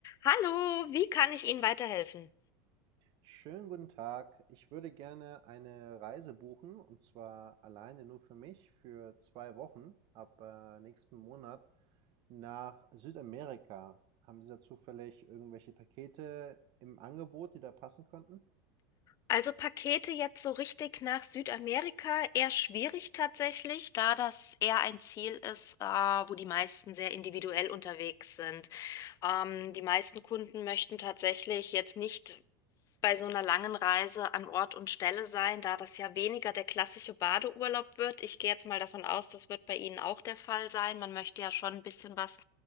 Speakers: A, on the left; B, on the right.
A: Hallo, wie kann ich Ihnen weiterhelfen?
B: Schönen guten Tag. Ich würde gerne eine Reise buchen und zwar alleine nur für mich für zwei Wochen ab äh, nächsten Monat nach Südamerika. Haben Sie da zufällig irgendwelche Pakete im Angebot, die da passen könnten?
A: Also Pakete jetzt so richtig nach Südamerika eher schwierig tatsächlich, da das eher ein Ziel ist, äh, wo die meisten sehr individuell unterwegs sind. Ähm, die meisten Kunden möchten tatsächlich jetzt nicht bei so einer langen Reise an Ort und Stelle sein, da das ja weniger der klassische Badeurlaub wird. Ich gehe jetzt mal davon aus, das wird bei Ihnen auch der Fall sein. Man möchte ja schon ein bisschen was